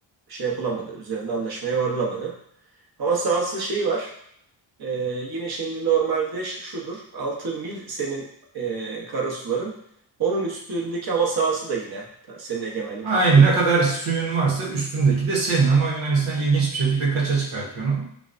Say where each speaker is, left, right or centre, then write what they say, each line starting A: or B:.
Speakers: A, on the right; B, on the right.
A: şey yapılamadı. Üzerinde anlaşmaya varılamadı. Hava sahası şeyi var. E, yine şimdi normalde ş- şudur. altı mil senin e, karasuların. Onun üstündeki hava sahası da yine ta- senin egemenlik
B: Aynı
A: hakkın.
B: ne kadar suyun varsa üstündeki de senin ama Yunanistan ilginç bir şekilde kaça çıkartıyor onu.